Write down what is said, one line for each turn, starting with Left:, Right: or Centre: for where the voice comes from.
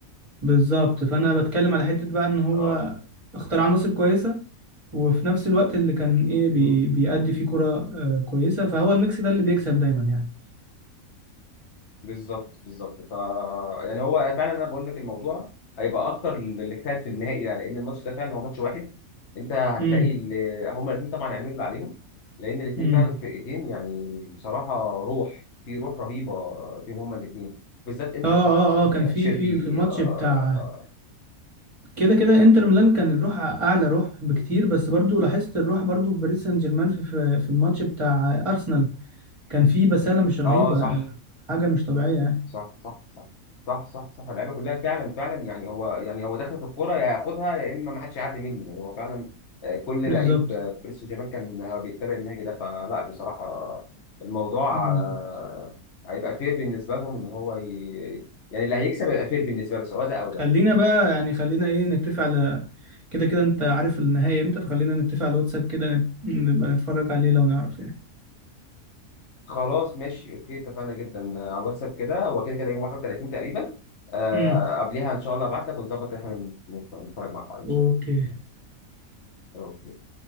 Right: بالظبط فانا بتكلم على حتة بقى ان هو
Left: اه
Right: اختار عناصر كويسة وفي نفس الوقت اللي كان ايه بي
Left: امم.
Right: بيأدي فيه كرة آه، كويسة فهو الميكس ده اللي بيكسب دايما يعني
Left: بالظبط بالظبط ف يعني هو فعلا انا بقول لك الموضوع هيبقى اكتر اللي اجتهد في النهائي ده لان الماتش ده فعلا هو ماتش واحد انت هتلاقي
Right: امم
Left: اللي هما الاثنين طبعا هيعملوا اللي عليهم لان الاثنين
Right: امم
Left: فعلا فرقتين يعني بصراحه روح في روح رهيبه فيهم هما الاثنين بالذات انتر
Right: اه
Left: طبعا
Right: اه
Left: يعني
Right: اه كان في
Left: تشيربي
Right: في في الماتش
Left: اه,
Right: بتاع كده كده انتر ميلان كان الروح اعلى روح بكتير بس برضو لاحظت الروح برضو في باريس سان جيرمان في في في الماتش بتاع ارسنال كان في بسالة مش رهيبة
Left: آه صح
Right: حاجة مش طبيعية يعني
Left: صح صح صح صح صح صح اللعيبه كلها فعلا فعلا يعني هو يعني هو داخل في الكوره يا هياخدها يا اما ما حدش يعدي مني يعني هو فعلا آه، كل
Right: بالظبط
Left: لعيب آه، في باريس سان جيرمان كان هو بيتبع النهج ده فلا بصراحه آه، الموضوع
Right: بالظبط
Left: آه، هيبقى فير بالنسبه لهم ان هو ي... يعني اللي هيكسب هيبقى فير بالنسبه له سواء ده او ده
Right: خلينا بقى يعني خلينا ايه نتفق على كده كده انت عارف النهائي امتى فخلينا نتفق على الواتساب كده نت- نبقى نتفرج عليه لو نعرف يعني
Left: خلاص ماشي اوكي اتفقنا جدا آه، على الواتساب كده هو كده كده يوم 31 تقريبا آه،
Right: امم
Left: قبليها ان شاء الله ابعت لك ونظبط احنا نتفرج مع بعض ان
Right: اوكي
Left: شاء الله اوكي